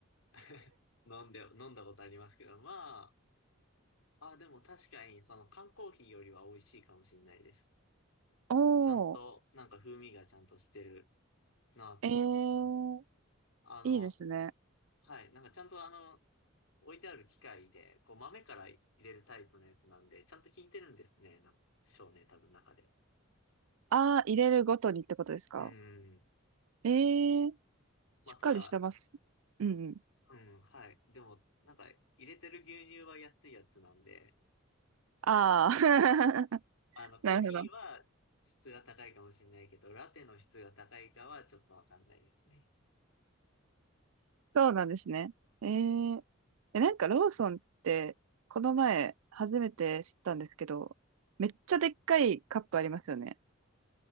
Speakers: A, on the left; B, on the right.
A: <laughs> 飲んで、飲んだことありますけど、まあ、あ、でも確かにその缶コーヒーよりは美味しいかもしれないです。
B: お
A: ちゃんと、
B: ー、
A: なんか風味がちゃんとしてるなぁとは思います。
B: えー、
A: あの、
B: いいですね。
A: はい、なんかちゃんとあの、置いてある機械で、こう豆から入れるタイプのやつなんで、ちゃんと引いてるんですね、な少年多分中で。
B: あー、入れるごとにってことですか
A: うん。
B: えー、しっかりしてます。
A: まあ、ただ、
B: うんうん。
A: うん、はい。でも、なんか、入れてる牛乳は安いやつなんで、
B: あー、
A: あの、コーヒーは質が高いかもしれないけど、
B: <laughs> なるほど。
A: ラテの質が高いかはちょっとわかんないですね。
B: そうなんですね。えー、え、なんかローソンって、この前初めて知ったんですけど、めっちゃでっかいカップありますよね。